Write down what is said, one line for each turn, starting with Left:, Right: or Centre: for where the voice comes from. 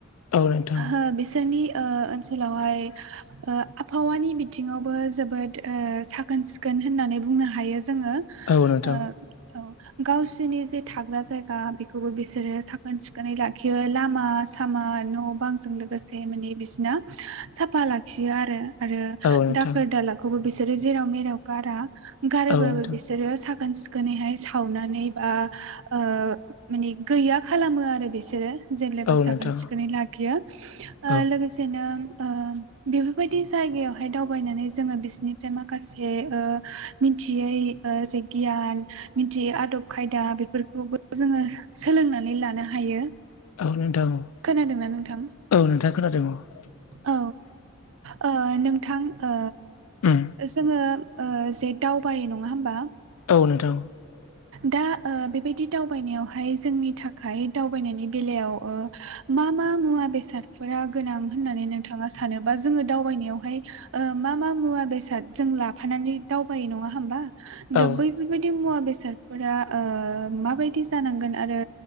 Left: औ नोंथां
Right: हो बिसोरनि ओ ओनसोलावहाय ओ आबहा आबहावानि बिथिङावबो जोबोद ओ साखोन सिखोन होननानै बुंनो हायो। जोङो
Left: औ नोंथां
Right: ओ औ। गावसोनि जे थाग्रा जायगा बेखौबो बिसोरो साखोन सिखोनै लाखियो। लामा सामा न' बांजों लोगोसे माने बिसिना साफा लाखियो आरो आरो
Left: औ नोंथां
Right: दाखोर दालाखौबो बिसोरो जेराव मेराव गारा गारोबाबबो
Left: औ नोंथां
Right: बिसोरो साखोन सिख सिखोनैहाय सावनानै बा ओ मानि गैया खालामो आरो बिसोरो। जेब्लायबो
Left: औ
Right: साखोन
Left: नोंथां
Right: सिखोनै लाखियो ओ
Left: औ
Right: लोगोसेनो ओ बेफोरबायदि जायगायावहाय दावबायनानै जोङो बिसोरनिफ्राय माखासे ओ मिनथियै ओ जे गियान मिथियै आदब खायदा बेफोरखौबो जोङो सोलोंनानै लानाय हायो।
Left: औ नोंथां औ
Right: खोनादोंना नोंथां?
Left: औ नोंथां खोनादों औ।
Right: औ औ ओ नोंथां ओ
Left: उम
Right: ओ जोङो ओ जे दावबायो नङा होमबा।
Left: औ नोंथां औ।
Right: दा ओ बेबायदि दावबायनायावहाय जोंनि थाखाय दावबायनायनि बेलायाव ओ मा मा मुवा बेसादफोरा गोनां होननानै नोंथाङा सानोबा जोङो दावबायनायावहाय ओ मा मा मा मुवा बेसाद जों लाफानानै दावबायो नङा होमबा दा
Left: औ
Right: बै मुवा बेसादफोरा ओ माबायदि जानांगोन आरो